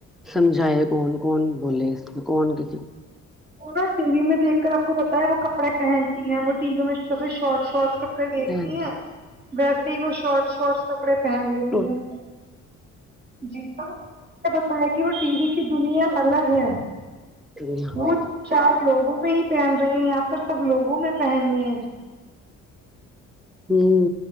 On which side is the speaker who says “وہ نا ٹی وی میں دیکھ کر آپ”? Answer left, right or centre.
Right